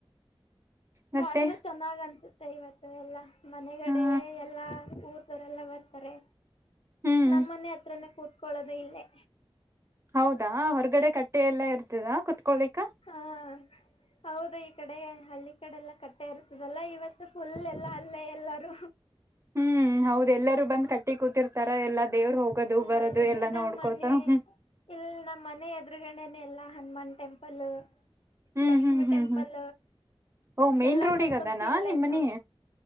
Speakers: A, on the right; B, on the left.
A: ಮತ್ತೆ
B: ಆದ್ರೂ ಚೆನ್ನಾಗ್ ಅನ್ಸುತ್ತೆ ಇವತ್ತು ಎಲ್ಲಾ ಮನೆಗಡೆ
A: ಹ
B: ಎಲ್ಲಾ ಊರ ಅವರೆಲ್ಲ ಬರ್ತಾರೆ
A: ಹ್ಮ್
B: ನಮ್ಮನೆ ಹತ್ರಾನೇ ಕೂತ್ಕೊಳ್ಳೋದು ಇಲ್ಲೇ.
A: ಹೌದಾ ಹೊರಗಡೆ ಕಟ್ಟೆ ಎಲ್ಲ ಇರ್ತದ ಕುತ್ಕೋಳಿಕ.
B: ಹಾ ಹೌದು ಕಡೆ ಹಳ್ಳಿ ಕಡೆ ಎಲ್ಲ ಕಟ್ಟೆ ಇರ್ತದಲ್ಲ ಇವತ್ತು ಫುಲ್ ಎಲ್ಲ ಅಲ್ಲೇ ಎಲ್ಲಾರೂ
A: ಹ್ಮ್ ಹೌದ ಎಲ್ಲರೂ ಬಂದ್ ಕಟ್ಟಿ ಕೂತಿರ್ತಾರ ಎಲ್ಲಾ ದೇವ್ರು ಹೋಗ ಹೊಗದು
B: ಹೌದು
A: ಬರದು ಎಲ್ಲಾ
B: ನಮ್
A: ನೋಡ್ಕೋತ
B: ಮನೆ
A: ಹು
B: ಇಲ್ ನಮ್ಮ್ ಮನೆ ಎದುರುಗಡೆನೆ ಎಲ್ಲಾ ಹನುಮಾನ್ ಟೆಂಪಲ್
A: ಹ್ಮ್
B: ಲಕ್ಷ್ಮೀ
A: ಹ್ಮ್ ಹ್ಮ್
B: ಟೆಂಪಲ್
A: ಹ್ಮ್ ಓ ಮೇನ್
B: ಎಲ್ಲಾ
A: ರೋಡಿಗ
B: ಟೆಂಪಲ್ಸು
A: ಅದಾನ
B: ಇಲ್ಲ
A: ನಿಮ್
B: ಇದಾವ್.
A: ಮನಿ